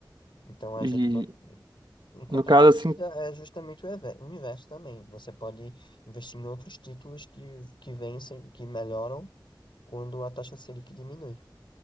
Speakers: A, on the left; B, on the right.
A: Então, a
B: E
A: gente, co- em contrapartida,
B: no caso, assim,
A: é justamente o eve- o inverso também. Você pode investir em outros títulos que, que vencem, que melhoram quando a taxa Selic diminui.